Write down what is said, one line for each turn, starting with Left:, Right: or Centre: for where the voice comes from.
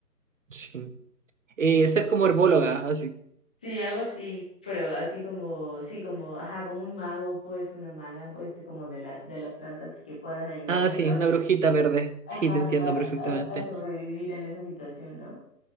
Right: Sí. Eh, ser como herbóloga, así.
Centre: Sí, algo así, pero así como, sí, como, ajá, como un mago, pues, una maga, pues, de como de las, de las plantas que puedan ayudarnos
Right: Ah, sí,
Centre: a,
Right: una brujita verde. Sí,
Centre: ajá,
Right: te entiendo perfectamente.
Centre: a, a sobrevivir en esa situación, ¿no?